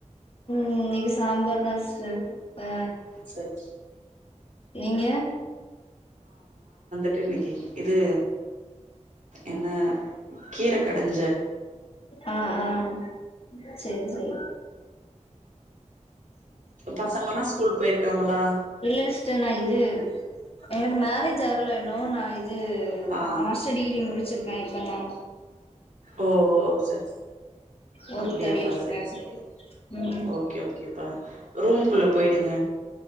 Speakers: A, on the left; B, on the right.
A: இன்னிக்கு சாம்பார் தா சிஸ்டர் அ
B: சரி
A: நீங்க
B: து இன்னிக்கி இது என்ன கீர கடஞ்ச
A: ஆ ஆ செரி செரி
B: பசங்கெல்லா ஸ்கூல் போய்ருக்காங்களா
A: இல்ல சிஸ்டர் நா இது எனக்கு மேரேஜ் ஆகல இன்னும் நா இது
B: ஆ
A: மாஸ்டர் டிகிரி முடிச்சிருக்கே இப்ப நா
B: ஓ சரி சரி
A: ஒர்க்
B: அப்டியாப்பா
A: தேடிட்டு இருக்கே
B: சரி சரி
A: ம்
B: ஓகே ஓகேப்பா ரூம்க்குள்ள போய்டுங்க